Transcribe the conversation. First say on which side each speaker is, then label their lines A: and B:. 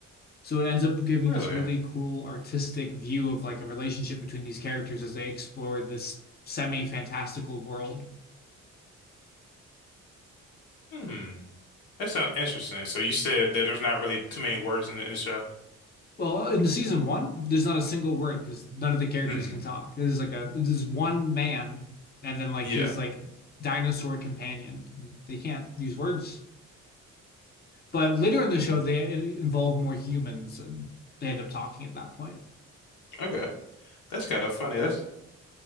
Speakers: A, on the left; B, on the left.
A: So it ends up giving
B: Really?
A: this really cool artistic view of like a relationship between these characters as they explore this semi-fantastical world.
B: Hmm. That sounds interesting. So you said that there's not really too many words in the, in the show.
A: Well, in season one, there's not a single word because none of the characters
B: hmm
A: can talk. There's like a there's one man and then like
B: Yeah.
A: his like dinosaur companion. They can't use words. But later in the
B: Hmm.
A: show, they involve more humans and they end up talking at that point.
B: Okay. That's kind of funny. That's